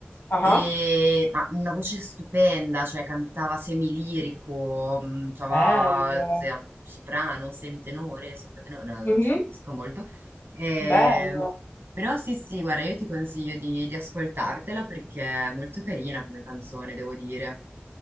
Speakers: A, on the left; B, on the right.
A: Ah,
B: e-
A: ah.
B: ma una voce stupenda, cioè cantava semilirico, mh, cioè,
A: Bello.
B: cos'è, un soprano, semitenore, sopratenore, no, non
A: Mhm,
B: ci capisco molto. Eh,
A: Bello.
B: però sì, sì, guarda, io ti consiglio di, di ascoltartela perché è molto carina come canzone, devo dire.